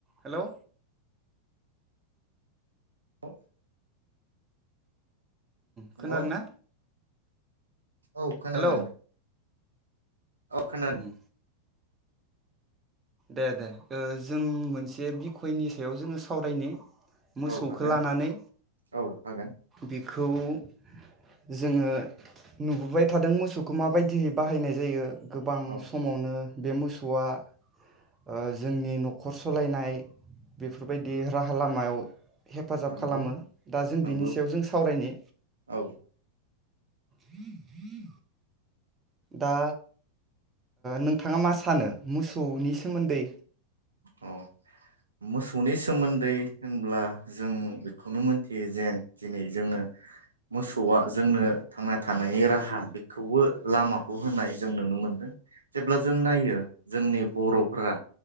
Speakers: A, on the right; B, on the right.
A: Hello
B: औ hello
A: खोनादोंना
B: औ खोनादों
A: हेलौ
B: अ खोनादों
A: उम दे दे ओ जों मोनसे बिखयनि सायाव जोङो सावरायनि मोसौखौ
B: औ हागोन
A: लानानै
B: औ हागोन
A: बेखौ‌ खौ जोङो नुबोबाय थादों मोसौखौ माबायदियै बाहायनाय जायो गोबां
B: औ
A: समावनो बे मोसौआ ओ जोंनि न'ख खर सलायनाय। बेफोरबायदि राहा लामायाव हेफाजाब
B: नंगौ
A: खालामो दा जों
B: नंगौ
A: बिनि सायाव जों सावरायनि
B: औ
A: <unintelligible> दा नोंथाङा मा सानो मोसौनि सोमोन्दै?
B: अ मोसौनि सोमोन्दै होनब्ला जों बेखौनो मोनथियो जे दिनै जोङो मोसौआ जोंनो थांना थानायनि राहा बेखौबो लामाखौ होनाय जों नुनो मोनदों जेब्ला जों नायो जोंनि बर'फोरा